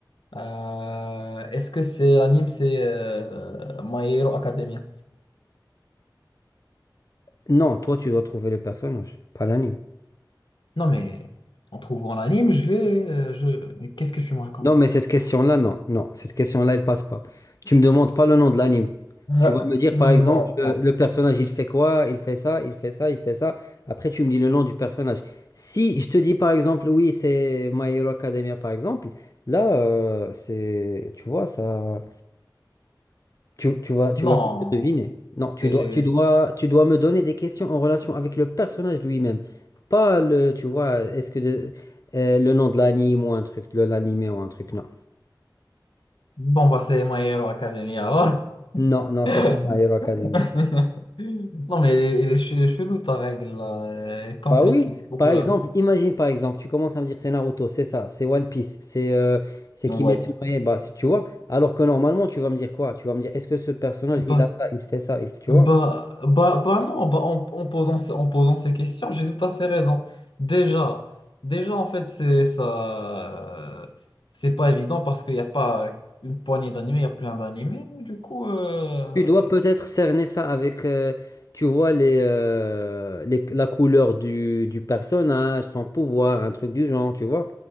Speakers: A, on the left; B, on the left.
A: Euh, est-ce que c'est l'anime, c'est euh, euh, My Hero Academia?
B: Non, toi, tu dois trouver le personnage, pas l'anime.
A: Non, mais en trouvant l'anime, je vais, euh, je. Mais qu'est-ce que tu me racontes
B: Non, mais
A: là?
B: cette question-là, non, non, cette question-là, elle passe pas. Tu me demandes pas le nom de l'anime.
A: Ah,
B: Tu vas me dire,
A: non.
B: par exemple, le, le personnage, il fait quoi? Il fait ça, il fait ça, il fait ça. Après, tu me dis le nom du personnage. Si je te dis, par exemple, oui, c'est My Hero Academia, par exemple, là, euh, c'est, tu vois, ça. Tu, tu vas, tu
A: Non,
B: vas vite le deviner. Non, tu
A: c'est
B: dois, tu dois, tu dois me donner des questions en relation avec le personnage lui-même. Pas le, tu vois, est-ce que de- euh, le nom de l'anime ou un truc, de l'anime ou un truc, non.
A: bon, bah c'est My Hero Academia. alors. <laughs>
B: Non, non,
A: <laughs>
B: c'est pas My Hero Academia.
A: Non, mais elle est, elle est che- elle est chelou ta règle là. Elle complique
B: Bah oui,
A: beaucoup
B: par exemple,
A: la vie.
B: imagine par exemple, tu commences à me dire c'est Naruto, c'est ça, c'est One Piece, c'est euh, c'est
A: Ouais.
B: Kimetsu no Yaiba, si tu vois. Alors que normalement, tu vas me dire quoi? Tu vas me dire est-ce que ce personnage,
A: Bah,
B: il a ça, il fait ça, il, tu
A: bah,
B: vois?
A: bah, bah non, bah, en, en posant, ce- en posant ces questions, j'ai tout à fait raison. Déjà, déjà en fait, c'est ça. C'est pas évident parce qu'il n'y a pas une poignée d'animés, il y a plein d'animés. Du coup, euh,
B: Tu dois peut-être cerner ça avec, euh, tu vois, les, euh, les- la couleur du, du personnage, son pouvoir, un truc du genre, tu vois.